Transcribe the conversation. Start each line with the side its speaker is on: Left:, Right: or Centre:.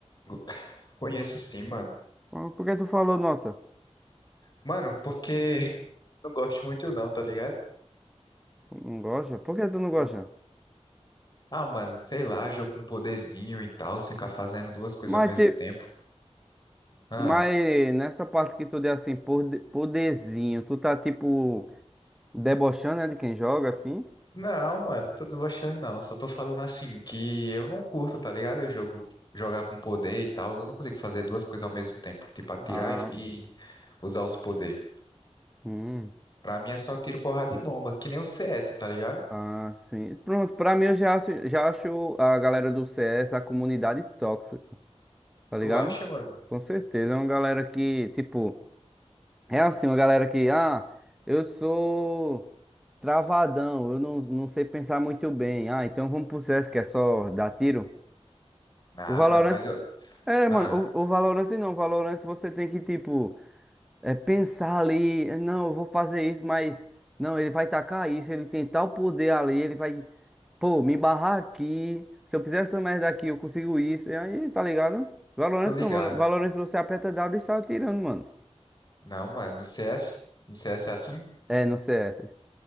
Left: go- <laughs> conheço sim, mano.
Centre: Por por que tu falou, nossa,
Left: Mano, porque <laughs> não gosto muito não, tá ligado?
Centre: não gosta? Por que tu não
Left: Não...
Centre: gosta?
Left: Ah, mano, sei lá, jogo com poderzinho e tal, você ficar fazendo duas coisas
Centre: Mas,
Left: ao mesmo
Centre: te-
Left: tempo. Ah,
Centre: mas nessa parte que tu deu assim, por de- poderzinho, tu tá tipo debochando, né, de quem joga assim?
Left: não, mano, não tô debochando não, só tô falando assim que eu não curto, tá ligado? Eu jogo jogar com poder e tal, eu não consigo fazer duas coisas ao mesmo tempo, tipo atirar
Centre: Ah,
Left: e e usar os poderes.
Centre: hum.
Left: Pra mim é só tiro, porrada e bomba, que nem o CS, tá ligado?
Centre: Ah, sim. Pronto, pra mim eu já acho, já acho a galera do CS, a comunidade tóxica. tá ligado?
Left: Tu acha, mano?
Centre: Com certeza. É uma galera que, tipo, é assim, uma galera que, ah, eu sou travadão, eu não, não sei pensar muito bem. Ah, então vamos pro CS que é só dar tiro.
Left: Ah,
Centre: O Valorant.
Left: mano, mas eu.
Centre: É,
Left: Ah,
Centre: mano, o, o Valorant não. O Valorant você tem que, tipo. É pensar ali, não, eu vou fazer isso, mas não, ele vai tacar isso, ele tem tal poder ali, ele vai, pô, me barrar aqui. Se eu fizer essa merda aqui, eu consigo isso. E aí, tá ligado? Valorant
Left: tô ligado.
Centre: não, Valorant você aperta W e sai atirando, mano.
Left: Não, mano, no CS? No CS é assim?
Centre: É, no CS.